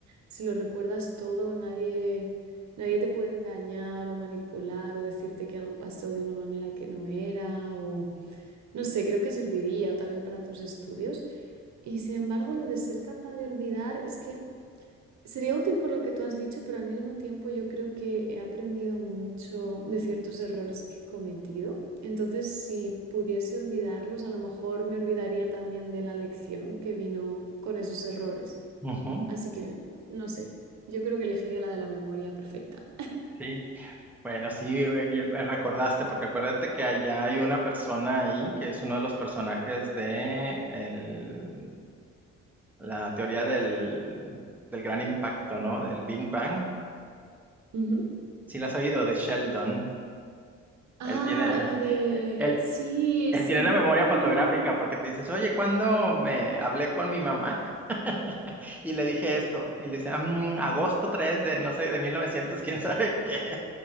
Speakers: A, on the right; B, in the centre.
A: si lo recuerdas todo, nadie, nadie te puede engañar o manipular o decirte que algo pasó de una manera que no era, No sé, creo que serviría también para tus estudios. Y sin embargo, lo de ser capaz de olvidar es que sería útil por lo que tú has dicho, pero al mismo tiempo yo creo que he aprendido mucho de ciertos errores que he cometido. Entonces, si pudiese olvidarlos, a lo mejor me olvidaría también de la lección que vino con esos errores.
B: Ujú,
A: Así que, no sé, yo creo que elegiría la de la memoria perfecta.
B: Sí. Bueno, sí, eh, ya me recordaste, porque acuérdate que allá hay una persona ahí que es uno de los personajes de el- la teoría del, del gran impacto, ¿no? Del Big Bang.
A: Ujú.
B: Sí, la has oído, de Sheldon.
A: Ah,
B: Él tiene,
A: la de...
B: eh, él,
A: Sí,
B: él
A: sí.
B: tiene una memoria
A: <laughs>
B: fotográfica porque te dices, oye, ¿cuándo me hablé con mi mamá? <laughs> Y le dije esto. Y le dice, "Ah, mm, agosto 3 de, no sé, de 1900, <laughs> quién sabe qué.